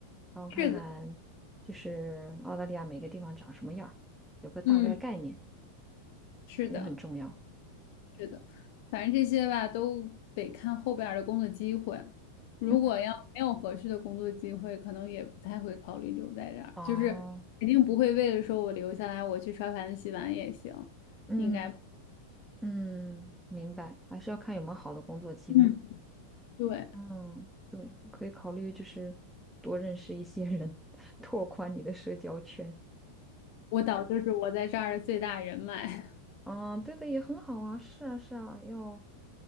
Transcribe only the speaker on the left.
是的，
嗯，是的，
是的，反正这些吧都得看后边儿的工作机会。如果要没有合适的工作机会，
可能也不太会考虑留在这儿，
就是肯定不会为了说我留下来，我去刷盘子洗碗也行，
应该不
嗯，对，
我导就是我在这儿的最大人脉，